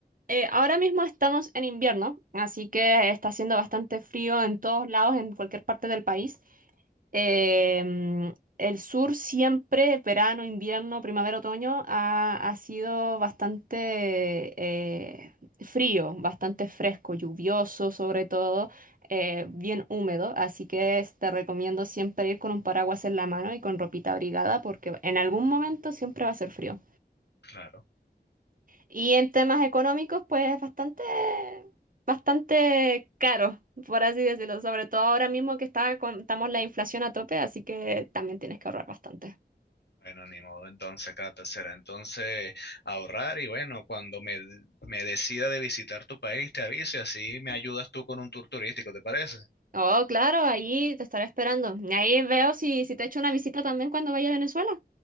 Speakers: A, on the right; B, on the left.
A: eh, ahora mismo estamos en invierno, así que está haciendo bastante frío en todos lados, en cualquier parte del país. Eh, mm, el sur siempre, verano, invierno, primavera, otoño, ha, ha sido bastante eh, frío, bastante fresco, lluvioso sobre todo, eh, bien húmedo. Así que es- te recomiendo siempre ir con un paraguas en la mano y con ropita abrigada, porque en algún momento siempre va a ser frío.
B: Claro.
A: Y en temas económicos, pues es bastante, bastante caro, por así decirlo. Sobre todo ahora mismo que está, con- estamos la inflación a tope, así que también tienes que ahorrar bastante.
B: Bueno, ni modo, entonces, Cata, será entonces ahorrar y bueno, cuando me, me decida de visitar tu país, te aviso y así me ayudas tú con un tour turístico, ¿te parece?
A: Oh, claro, ahí te estaré esperando. Y ahí veo si, si te echo una visita también cuando vaya a Venezuela.